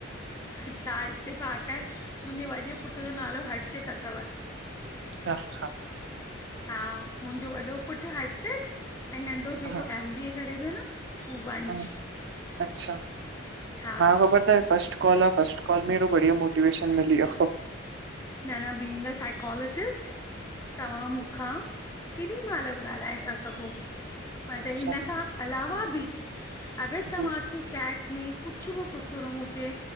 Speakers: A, on the left; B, on the right.
A: छा, इत्तिफ़ाक़ आहे। मुंजे वॾे पुट्र जो नालो हर्षित अथव।
B: <inaudible>
A: हा, मुंजो वॾो पुट्र हर्षित ऐं नंढो
B: हा
A: जेको एम बी ए करे पियो न हू वंश
B: हा, अच्छा,
A: हा
B: मां ख़बर तव हे फस्ट कॉल आ फस्ट। फर्स्ट कॉल में ऐॾौ बढ़िय मोटिवेशन मिली वियो।
A: न-न बींग अ साइकोलॉजिस्ट। तव्हां मूंखां केॾी महिल भी ॻाल्हाए था सघो। मतलब,
B: अच्छा
A: हिन खां अलावा बि अगर
B: जी
A: तव्हां
B: जी
A: खे कैट में कुछ बि पुछणो हुजे